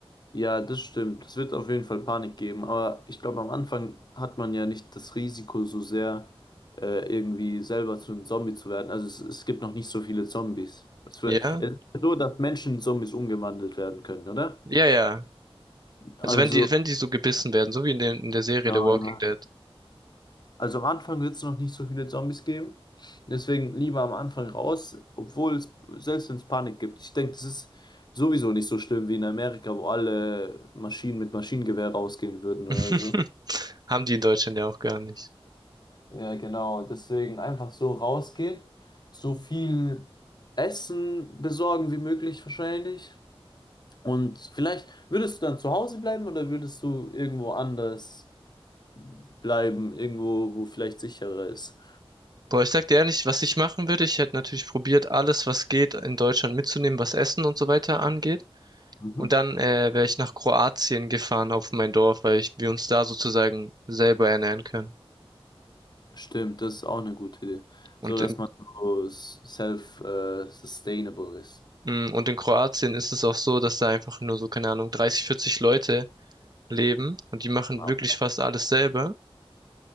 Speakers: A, on the left; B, on the right.
A: Ja, das stimmt. Es wird auf jeden Fall Panik geben, aber ich glaube, am Anfang hat man ja nicht das Risiko so sehr, äh, irgendwie selber zu einem Zombie zu werden. Also es, es gibt noch nicht so viele Zombies. Es wär,
B: Ja?
A: es ist ja so, dass Menschen in Zombies umgewandelt werden können, oder?
B: Ja, ja.
A: Also,
B: Also wenn die, wenn die so gebissen werden, so wie in der, in der Serie
A: na,
B: The Walking
A: ja.
B: Dead,
A: also am Anfang wird es noch nicht so viele Zombies geben. Deswegen lieber am Anfang raus, obwohl es, selbst wenn es Panik gibt. Ich denke, das ist sowieso nicht so schlimm wie in Amerika, wo alle Maschinen mit Maschinengewehr rausgehen würden oder
B: <laughs>
A: so.
B: haben die in Deutschland ja auch gar nicht.
A: Ja, genau. Deswegen einfach so rausgehen, so viel Essen besorgen wie möglich wahrscheinlich. Und vielleicht würdest du dann zu Hause bleiben oder würdest du irgendwo anders bleiben, irgendwo, wo vielleicht sicherer ist?
B: Boah, ich sag dir ehrlich, was ich machen würde, ich hätte natürlich probiert, alles, was geht, in Deutschland mitzunehmen, was Essen und so weiter angeht.
A: Mhm.
B: Und dann äh, wäre ich nach Kroatien gefahren auf mein Dorf, weil ich, wir uns da sozusagen selber ernähren können.
A: Stimmt, das ist auch eine gute Idee.
B: Und
A: So dass
B: in,
A: man so self, äh, sustainable ist.
B: mm, und in Kroatien ist es auch so, dass da einfach nur so, keine Ahnung, 30, 40 Leute leben und die machen
A: Ah,
B: wirklich fast alles selber.